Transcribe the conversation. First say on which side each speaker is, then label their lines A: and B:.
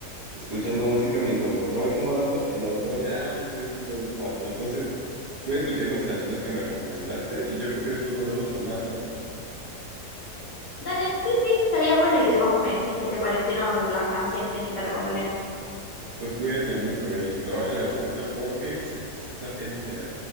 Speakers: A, on the right; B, on the left.
A: escuchando música mientras lo estaba acomodando y la verdad ya me estoy haciendo bien pato. Entonces voy a escuchar esas canciones que me recomendaste y yo creo que después volvemos a hablar, ¿no?
B: Dale, sí, sí, estaría bueno y de paso me decís qué te parecieron las canciones que te recomendé.
A: Pues cuídate mucho, eh, y trabájale bastante porque se necesita el dinero.